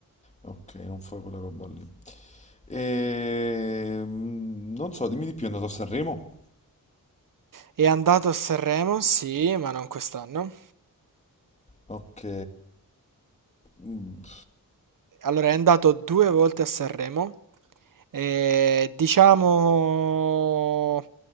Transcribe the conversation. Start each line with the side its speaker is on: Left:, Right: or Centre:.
Left: Ok, non fa quella roba lì. Ehm, non so, dimmi di più, è andato a Sanremo?
Right: È andato a Sanremo, sì, ma non quest'anno.
Left: Ok. Mm,
Right: Allora, è andato due volte a Sanremo. E, diciamo,